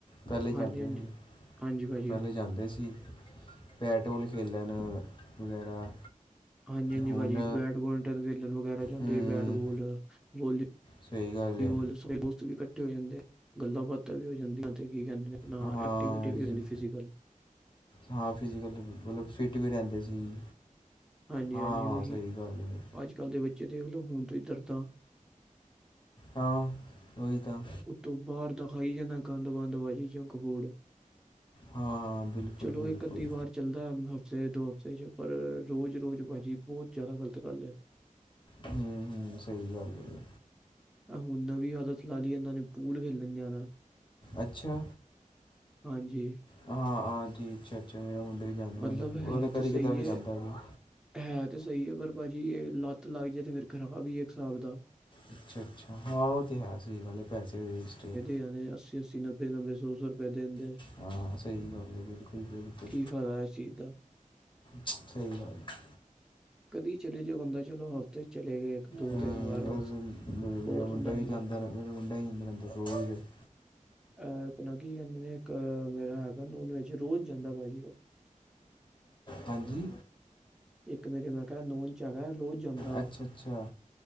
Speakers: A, on the left (about 35°); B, in the centre.
A: ਪਹਿਲੇ ਜਾਂਦੇ
B: ਹਾਂਜੀ ਹਾਂਜੀ
A: ਸੀ-
B: ਹਾਂਜੀ ਭਾਜੀ
A: ਪਹਿਲੇ ਜਾਂਦੇ ਸੀ। ਬੈਟ ਬੋਲ ਖੇਲਣ ਵਗੈਰਾ।
B: ਹਾਂਜੀ- ਹਾਂਜੀ
A: ਹੁਣ
B: ਭਾਜੀ ਬੈਡਮਿੰਟਨ ਖੇਲਣ ਵਗੈਰਾ ਜਾਂਦੇ
A: ਹੂੰ
B: ਸੀ ਬੈਟਬੋਲ, ਵੋਲੀ
A: ਸਹੀ ਗੱਲ ਹੈ
B: ਬੋਲ ਸਾਰੇ ਦੋਸਤ ਵੀ ਇਕੱਠੇ ਹੋ ਜਾਂਦੇ ਗੱਲਾਂ ਬਾਤਾਂ ਵੀ ਹੋ ਜਾਂਦੀ। ਕੀ ਕਹਿੰਦੇ ਆਪਣਾ
A: ਹਾਂ
B: ਐਕਟੀਵਿਟੀ ਵੀ ਹੋ ਜਾਂਦੀ
A: ਜ-
B: ਫਿਜ਼ੀਕਲ।
A: ਹਾਂ ਫਿਜ਼ੀਕਲ ਵੀ ਮਤਲਬ ਫਿੱਟ ਵੀ ਰਹਿੰਦੇ ਸੀ।
B: ਹਾਂਜੀ-
A: ਹਾਂ,
B: ਹਾਂਜੀ ਉਹੀ
A: ਸਹੀ ਗੱਲ ਏ।
B: ਅੱਜ ਕੱਲ ਦੇ ਬੱਚੇ ਦੇਖਲੋ ਹੁਨ ਤੋਂ ਹੀ ਦਰਦਾਂ।
A: ਹਾਂ। ਉਹੀ ਤਾਂ
B: ਉਤੋਂ ਬਾਹਰ ਦਾ ਖਾਈ ਜਾਣਾ ਗੰਦ ਬੰਦ ਭਾਜੀ ਜੰਕ ਫੂਡ ਆ।
A: ਹਾਂ, ਬਿਲਕੁਲ,
B: ਚਲੋ
A: ਬਿਲਕੁਲ।
B: ਇੱਕ ਅੱਧੀ ਵਾਰ ਚੱਲਦਾ ਹ- ਹਫ਼ਤੇ ਦੋ ਹਫ਼ਤੇ ਚ ਪਰ ਰੋਜ਼- ਰੋਜ਼ ਭਾਜੀ ਬੋਤ ਜ਼ਾਦਾ ਗਲਤ ਗੱਲ ਆ।
A: ਹੂੰ -ਹੂੰ ਸਹੀ ਗੱਲ ਐ।
B: ਐ ਹੁਣ ਨਵੀਂ ਆਦਤ ਲਾ ਲਈ ਇਹਨਾਂ ਨੇ ਪੂਲ ਖੇਲਣ ਜਾਣਾ।
A: ਅੱਛਾ,
B: ਹਾਂਜੀ
A: ਹਾਂ- ਹਾਂ ਜੀ ਅੱਛਾ -ਅੱਛਾ <unintelligible>
B: ਮਤਲਬ
A: ਉਹ
B: ਹੈ
A: ਤੇ ਕਦੀ
B: ਸਹੀ
A: ਕਦਾਰ ਜਾਂਦਾ ਹੈ
B: ਹੈ ਤੇ ਸਹੀ ਹੈ ਪਰ ਭਾਜੀ, ਇਹ ਲੱਤ ਲੱਗ ਜਾਏ ਤੇ ਫੇਰ ਖਰਾਬ ਵੀ ਹੈਏ, ਇੱਕ ਹਿਸਾਬ ਦਾ।
A: ਅੱਛਾ- ਅੱਛਾ ਹਾਂ, ਉਹ ਤੇ ਹੈ ਸਹੀ ਗੱਲ ਏ, ਪੈਸੇ ਵੀ ਵੇਸਟ ਹੈ।
B: <unintelligible> ਸੀ ਅੱਸੀ, ਨੱਬੇ -ਨੱਬੇ, ਸੌ -ਸੌ ਰੁਪਏ ਦੇਂਦੇ
A: ਹਾਂ ਸਹੀ ਗੱਲ ਹੈ, ਬਿਲਕੁਲ ਬਿਲਕੁਲ
B: ਕੀ ਫਾਇਦਾ ਇਸ ਚੀਜ਼ ਦਾ?
A: ਸਹੀ ਗੱਲ ਹੈ।
B: ਕਦੀ ਚਲੇ ਜਾਓ ਬੰਦਾ ਚਲੋ ਹਫ਼ਤੇ 'ਚ ਚਲੇ ਗਏ ਇੱਕ ਦੋ
A: ਹਮਰੇ
B: ਤਿੰਨ ਵਾਰ ਬਸ ਬਹੁਤ
A: ਮੁੰਡੇ
B: ਹੁੰਦਾ
A: ਵੀ
B: ਇੰਨਾ
A: ਜਾਂਦੇ ਨੇ <inaudible>
B: ਅਹ ਆਪਣਾ ਕੀ ਕਹਿੰਦੇ ਨੇ, ਇੱਕ ਮੇਰਾ ਹੈਗਾ, ਉਹਨ ਵਿੱਚ ਰੋਜ਼ ਜਾਂਦਾ ਭਾਜੀ ਉਹ
A: ਹਾਂਜੀ
B: <inaudible> ਜਗਾ, ਰੋਜ਼ ਜਾਂਦਾ
A: ਅੱਛਾ ਅੱਛਾ